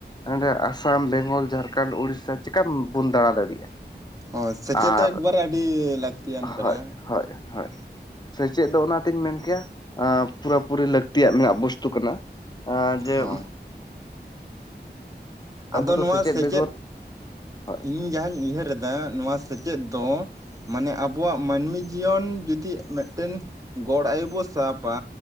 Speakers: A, on the left; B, on the right.
A: ᱚᱸᱰᱮ ᱟᱥᱟᱢ ᱵᱮᱝᱜᱚᱞ ᱡᱷᱟᱨᱠᱷᱟᱱᱰ ᱩᱲᱤᱥᱥᱟ ᱪᱮᱠᱟᱢ ᱵᱚᱱ ᱫᱟᱬᱟ ᱫᱟᱲᱮᱭᱟᱜᱼᱟ
B: ᱦᱳᱭ ᱥᱮᱪᱮᱫ
A: ᱟᱨ
B: ᱫᱚ ᱮᱠᱵᱟᱨᱮ ᱟᱹᱰᱤ ᱞᱟᱹᱠᱛᱤᱭᱟᱱ ᱠᱟᱱᱟ
A: ᱦᱚᱭ ᱦᱚᱭ ᱦᱚᱭ ᱥᱮᱪᱮᱫ ᱫᱚ ᱚᱱᱟᱛᱤᱧ ᱢᱮᱱ ᱠᱮᱭᱟ ᱯᱩᱨᱟᱹ ᱯᱩᱨᱤ ᱞᱟᱹᱠᱛᱤᱭᱟᱜ ᱢᱮᱱᱟᱜ ᱵᱚᱥᱛᱩ ᱠᱟᱱᱟ। ᱟᱨ ᱡᱮ
B: ᱦᱳᱭ ᱟᱫᱚ
A: ᱟᱵᱚ
B: ᱱᱚᱣᱟ
A: ᱫᱚ
B: ᱥᱮᱪᱮᱫ
A: ᱵᱮᱜᱚᱨ
B: ᱼᱼ
A: ᱦᱳᱭ
B: ᱤᱧ ᱡᱟᱦᱟᱧ ᱩᱭᱦᱟᱹᱨ ᱮᱫᱟ ᱱᱚᱣᱟ ᱥᱮᱪᱮᱫ ᱫᱚ ᱼᱼ ᱢᱟᱱᱮ ᱟᱵᱚᱣᱟᱜ ᱢᱟᱹᱱᱢᱤ ᱡᱤᱭᱚᱱ ᱡᱩᱫᱤ ᱢᱤᱫᱴᱮᱱ ᱼᱼ ᱜᱚᱲ ᱟᱭᱩ ᱵᱚ ᱥᱟᱵᱟ